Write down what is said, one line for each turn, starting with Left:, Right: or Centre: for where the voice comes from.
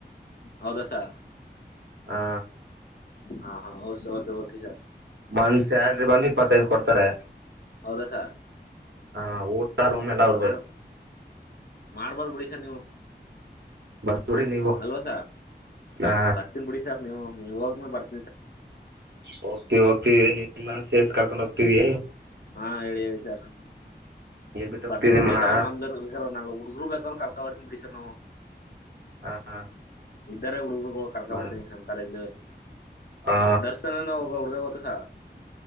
Left: ಹೌದಾ ಸ
Right: ಆ
Left: ಹಾ ಹಾ ಹೌಸ ಕೆ ಓಕೆ ಸಾರ್
Right: ಮಂತ್ ಸ್ಯಾಲ್ರಿ ಬಂದು ಇಪ್ಪತ್ತೈದು ಕೊಡ್ತಾರೆ
Left: ಹೌದಸ
Right: ಆ ಊಟ ರೂಮ್ ಎಲ್ಲ ಅವ್ರದೇ
Left: ಮಾಡ ಮಾಡ್ಬೋದ್ ಬುಡಿ ನೀವು
Right: ಬಂದ್ಬಿಡಿ ನೀವು
Left: ಅಲ್ವಾ ಸ
Right: ಹಾ
Left: ಬರ್ತೀನ್ ಬಿಡಿ ಸರ್ ನೀವು ಹೋಗ ಬತ
Right: ಹೋಗ್ತವಿ ಹೋಗ್ತವಿ ನಿ ಮನ್ಸೇಸ್ ಕರ್ಕೊಂಡ್ ಹೋಗ್ತೀವಿ
Left: ಹಾ ಹೇಳಿ ಹೇಳಿ ಸರ್
Right: ಹೇಳ್ಬಿಟ್ಟು ಹೋಗ್ತಿವಿ
Left: ಬರ್ತಿ
Right: ನಿಮ್ಮನ್ನ
Left: ಬಿಡಿ ಸರ್ ನಮ್ದ ಬೇಕ ನ ಹುಡುಗ್ರು ಬೇಕಂದ್ರ ಕರ್ಕೊ ಬರ್ತನ್ ಬಿಡಿ ಸರ್ ನಾವು
Right: ಹಾ
Left: ಇದ್ದರೆ ಹುಡುಗರು ಕರ್ಕೊ
Right: ಮಾಡಿ-
Left: ಬರ್ತೀನಿ ನಮ್ಮ್ ಕಾಲೇಜ್
Right: ಹಾ
Left: ದರ್ಶನ ಒಬ್ಬ ಹುಡುಗ ಪ್ಪ ಸ